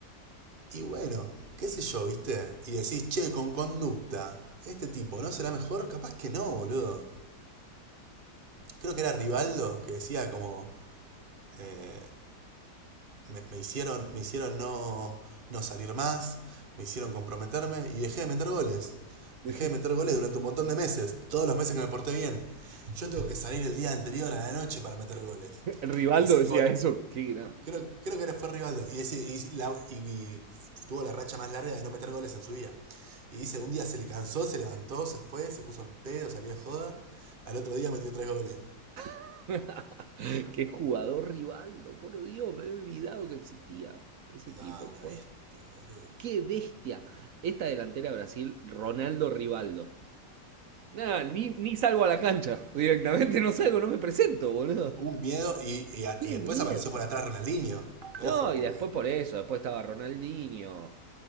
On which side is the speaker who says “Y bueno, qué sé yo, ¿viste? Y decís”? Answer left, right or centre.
Right